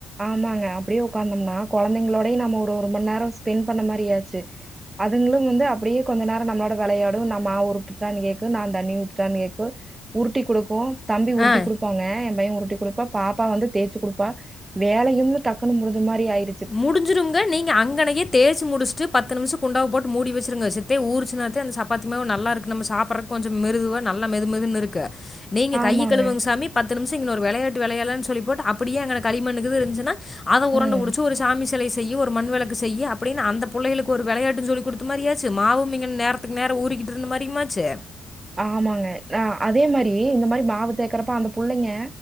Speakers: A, on the right; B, on the left.
A: ஆமாங்க அப்டியே உக்காந்தம்னா கொழந்தைங்களோடயு நம்ம ஒரு ஒரு மண்நேரோ ஸ்பெண்ட் பண்ண மாரியாச்சு அதுங்களு வந்து அப்டியே கொஞ்ச நேரோ நம்ளோட வெளயாடு நா மாவு உருட்டுட்டான்னு கேக்கு நான் தண்ணி ஊத்துட்டான்னு கேக்கு உருட்டி குடுக்கு தம்பி உருட்டி
B: ஆ
A: குடுப்பாங்க என் பையன் உருட்டி குடுப்பான் பாப்பா வந்து தேச்சு குடுப்பா வேலையு டக்குன்னு முடுஞ்ச மாரி ஆயிரு
B: முடிஞ்சிருங்க நீங்க அங்கனயே தே ச்சு முடிச்சுட்டு பத்து நிம்ஷோ குண்டாவ போட்டு மூடி வெச்சிருங்க சித்தே ஊருச்சுனாத்த அந்த சப்பாத்தி மாவு நல்லா இருக்கு நம்ம சாப்றக்கு கொஞ்சோ மிருதுவா நல்லா மெதுமெதுன்னு இருக்கு நீங்க
A: ஆமாங்க.
B: கைய கழுவுங்க சாமி பத்து நிம்ஷோ இங்கன ஒரு வெளயாட்டு வெளயாலான்னு சொல்லிபோட்டு அப்படியே அங்க களிமண்ணுகீது இருந்துச்சுன்னா அத உரண்ட
A: ம்.
B: புடு ச்சு ஒரு சாமி செலய செய்யு ஒரு மண்வெளக்கு செய்யு அப்டின்னு அந்த புள்ளைங்களுக்கு ஒரு வெளயாட்டுன் சொல்லிக்குடுத்த மாரி ஆச்சு மாவுமிங்க நேர த்துக்கு நேரோ ஊரிக்கிட்டு இருந்த மாரியுமாச்சு
A: ஆமாங்க நா அதே மாரி இந்த மாரி மாவு தேக்கறப்ப அந்த புள்ளைங்க